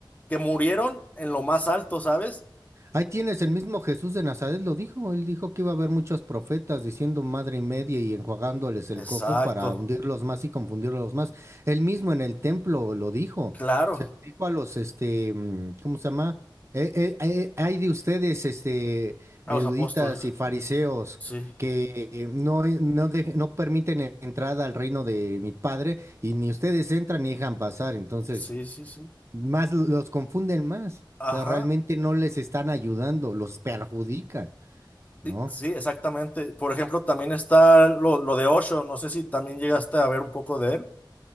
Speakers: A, on the left; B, on the right.
A: que murieron en lo más alto, ¿sabes?
B: Ahí tienes, el mismo Jesús de Nazaret lo dijo, él dijo que iba a haber muchos profetas diciendo madre y media y enjuagándoles
A: Exacto,
B: el coco para hundirlos más y confundirlos más. Él mismo en el templo lo dijo,
A: claro,
B: se lo dijo a los, este, mm, ¿cómo se llama? Eh, eh, eh, hay de ustedes, este,
A: a
B: eruditas
A: los apóstoles,
B: y fariseos
A: sí,
B: que eh, no, eh, no, dej- no permiten entrada al reino de mi padre y ni ustedes entran ni dejan pasar, entonces
A: sí, sí, sí,
B: más los confunden más.
A: ajá,
B: O sea, realmente no les están ayudando, los perjudican, ¿no?
A: sí, sí, exactamente. Por ejemplo, también está lo, lo de Osho, no sé si también llegaste a ver un poco de él.